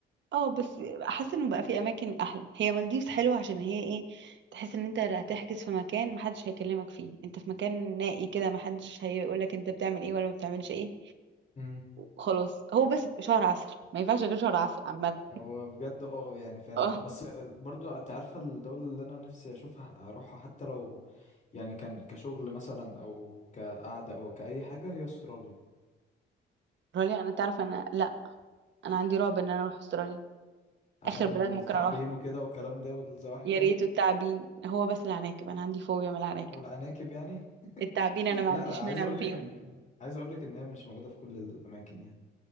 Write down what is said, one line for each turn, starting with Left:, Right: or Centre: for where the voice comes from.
Right: اه بس حاسة انه بقى في أماكن أحلى هي مالديفز حلوة عشان هي ايه تحس ان انت لا هتحجز في مكان محدش هيكلمك فيه انت في مكان نائي كده محدش هيقولك انت بتعمل ايه ولا ما بتعملش ايه
Left: امم
Right: خلاص هو بس شهر عسل ما ينفعش غير شهر عسل عامة
Left: هو بجد اه يعني فعلا
Right: اه
Left: بس برضو انت عارفه الدوله اللي انا نفسي اشوفها اروحها حتى لو يعني كان كشغل مثلا او كقعده او كاي حاجه هي استراليا
Right: استراليا انا تعرف انا لا انا عندي رعب ان انا اروح استراليا
Left: عشان
Right: اخر بلد ممكن
Left: التعابين
Right: اروح
Left: وكده والكلام ده والزواحف
Right: يا
Left: يعني
Right: ريت التعابين هو بس العناكب انا عندي فوبيا من العناكب
Left: والعناكب يعني
Right: التعابين
Left: <laughs>
Right: انا ما
Left: لا
Right: عنديش
Left: لا عايز
Right: منها
Left: اقول
Right: فيهم
Left: لك ان عايز اقول لك ان هي مش موجوده في كل الاماكن يعني